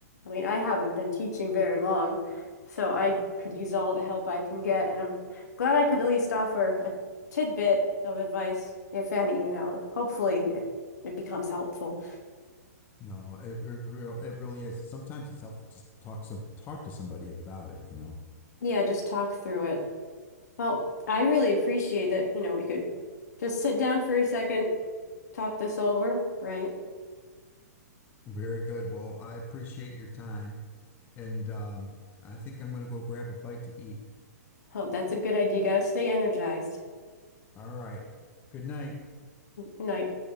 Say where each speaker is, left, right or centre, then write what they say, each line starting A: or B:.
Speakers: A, on the left (about 80°); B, on the left (about 20°).
A: I mean, I haven't been teaching very long, so I could use all the help I can get, and I'm glad I could at least offer a tidbit of advice, if any, you know, hopefully it, it becomes helpful.
B: No, it, it real it really is. Sometimes it's helpful to talk some talk to somebody about it, you know.
A: Yeah, just talk through it. Well, I really appreciate that, you know, we could just sit down for a second, talk this over, right?
B: Very good. Well, I appreciate your time, and um, I think I'm going to go grab a bite to eat.
A: Oh, that's a good idea. You gotta stay energized.
B: All right. Good night.
A: Night.